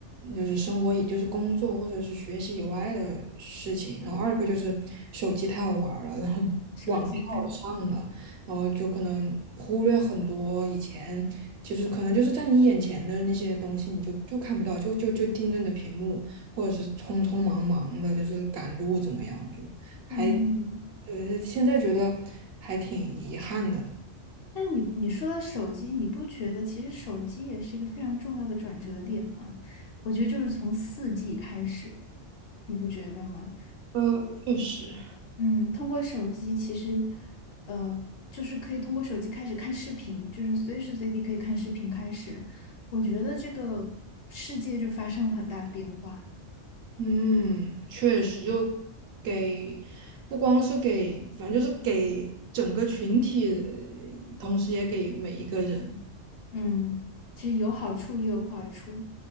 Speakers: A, on the right; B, on the left.
A: 就是生活以就是工作或者是学习以外的事情。然后二个就是手机太好玩儿了，然后网太好上了，
B: 手机对，
A: 然后就可能忽略很多以前就是可能就是在你眼前的那些东西，你就就看不到，就就就盯着你的屏幕，或者是匆匆忙忙的，就是赶路怎么样，就还。
B: 嗯，
A: 呃，现在觉得还挺遗憾的。
B: 那你你说到手机，你不觉得其实手机也是一个非常重要的转折点吗？我觉得就是从四 G 开始，你不觉得吗？
A: 呃，确实，
B: 嗯，通过手机其实，呃，就是可以通过手机开始看视频，就是随时随地可以看视频开始，我觉得这个世界就发生了很大的变化。
A: 嗯，确实，就给不光是给，反正就是给整个群体，同时也给每一个人。
B: 嗯，其实有好处也有坏处。